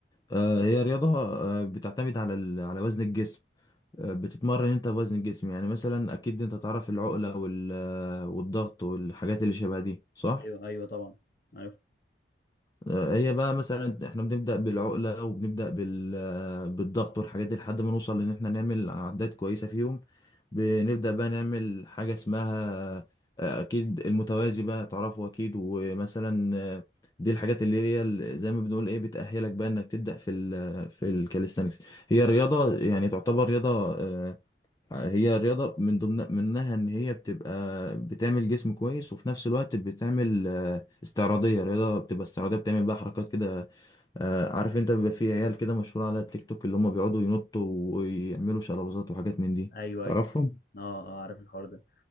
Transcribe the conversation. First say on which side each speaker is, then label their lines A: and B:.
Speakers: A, on the left; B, on the left.
A: آه، هي رياضة آه، بتعتمد على ال- على وزن الجسم آه، بتتمرن أنت بوزن الجسم يعني مثلا أكيد أنت تعرف العقلة وال- آه، والضغط والحاجات اللي شبه دي صح؟
B: أيوه أيوه طبعا عارف
A: آه، هي بقى مثلا احنا بنبدأ بالعقلة وبنبدأ بال آه، بالضغط والحاجات دي لحد ما نوصل لان احنا نعمل عدات كويسة فيهم بنبدأ بقى نعمل حاجة اسمها آه، اكيد المتوازي بقى تعرفه اكيد ومثلا آه، دي الحاجات اللي هي ال- زي ما بنقول ايه بتأهلك بقى انك تبدأ في ال في الكاليستانكس هي رياضة يعني تعتبر رياضة آه، هي رياضة من ضمن منها إن هي بتبقى بتعمل جسم كويس وفي نفس الوقت بتعمل آه، استعراضية رياضة بتبقى استعراضية بتعمل بقى حركات كده آه، عارف أنت بيبقى في عيال كده مشهورة على التيك توك اللي هم بيقعدوا ينطوا ويعملوا شلبازات وحاجات من دي
B: أيوه
A: تعرفهم؟
B: أيوه أه آه، عارف الحوار ده